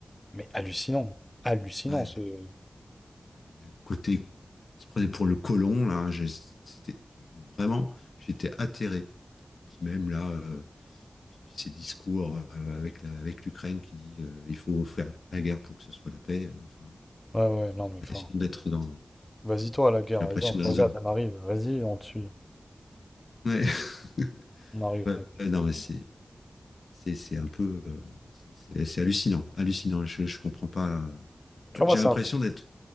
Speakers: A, on the left (about 15°); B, on the left (about 80°).
A: mais hallucinant. Hallucinant,
B: ouais.
A: ce. Ouais,
B: Ouais, Le côté, se prenait pour le colon, là, j'ai- c'était vraiment, j'étais atterré. Puis même là, euh, puis, puis ces discours euh, avec la, avec l'Ukraine qui dit euh, il faut faire la guerre pour que ce soit la paix. euh, Enfin,
A: ouais, non,
B: j'ai l'impression
A: mais enfin.
B: d'être dans,
A: Vas-y, toi, à la guerre,
B: j'ai
A: vas-y,
B: l'impression
A: on te
B: d'être
A: regarde,
B: dans un.
A: on arrive. Vas-y, on te suit.
B: Ouais. <laughs>
A: On arrive,
B: Ouais,
A: t'inquiète.
B: ouais, non, mais c'est, c'est, c'est un peu, euh, c'est c'est- c'est hallucinant, hallucinant. Je, je comprends pas. euh.
A: Tu
B: Ouais,
A: vois,
B: J'ai
A: moi, c'est
B: l'impression
A: un.
B: d'être